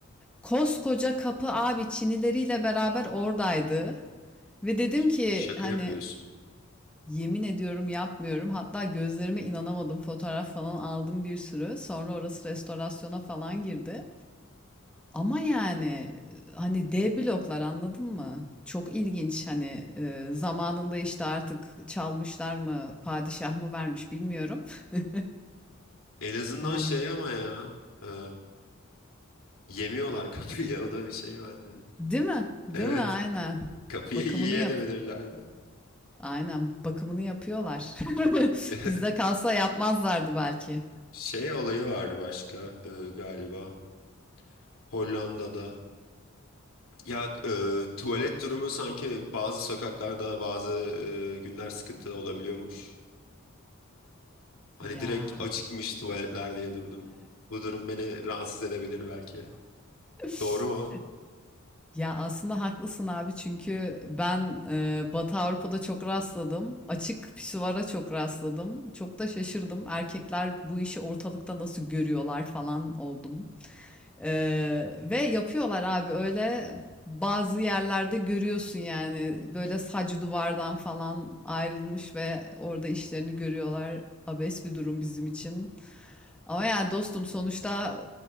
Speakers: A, in the centre; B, on the left (about 85°).
A: Koskoca kapı abi Çinileriyle beraber oradaydı. Ve dedim
B: Ş-
A: ki
B: Şaka
A: hani
B: yapıyorsun.
A: Yemin ediyorum yapmıyorum. Hatta gözlerime inanamadım. Fotoğraf falan aldım bir sürü. Sonra orası restorasyona falan girdi. Ama yani e, hani dev bloklar anladın mı? Çok ilginç hani e, zamanında işte artık çalmışlar mı, padişah mı vermiş bilmiyorum. <laughs>
B: En azından
A: Yani
B: şey ama ya e, yemiyorlar kapıyı <laughs> o da bir şey bence.
A: değil mi? Değil
B: Evet
A: mi? Aynen.
B: kapıyı
A: Bakımını
B: yiyebilirlerdi.
A: yap. Aynen bakımını yapıyorlar.
B: <laughs>
A: <laughs> Bizde kalsa yapmazlardı belki.
B: Şey olayı var başka e, galiba Hollanda'da. Ya e, tuvalet durumu sanki bazı sokaklarda bazı e, günler sıkıntı olabiliyormuş. Hani
A: Ya.
B: direkt açıkmış tuvaletler diye durdum. Bu durum beni rahatsız edebilir belki.
A: <laughs>
B: Doğru mu?
A: Ya aslında haklısın abi çünkü ben e, Batı Avrupa'da çok rastladım. Açık pisuvara çok rastladım. Çok da şaşırdım. Erkekler bu işi ortalıkta nasıl görüyorlar falan oldum. E, ve yapıyorlar abi öyle bazı yerlerde görüyorsun yani böyle sac duvardan falan ayrılmış ve orada işlerini görüyorlar. Abes bir durum bizim için. Ama yani dostum sonuçta